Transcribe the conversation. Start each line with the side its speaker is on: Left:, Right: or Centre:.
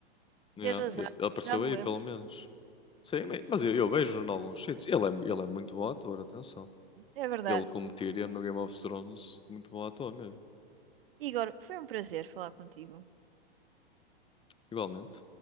Left: Yeah,
Right: Tens razão.
Left: ele apareceu
Right: Já me
Left: aí,
Right: lembro.
Left: pelo menos. Sim, mas eu, eu vejo em alguns sítios. Ele é, mu- ele é muito bom ator, atenção.
Right: É verdade.
Left: Ele como Tyrion no Game of Thrones, muito bom ator mesmo.
Right: Igor, foi um prazer falar contigo.
Left: Igualmente.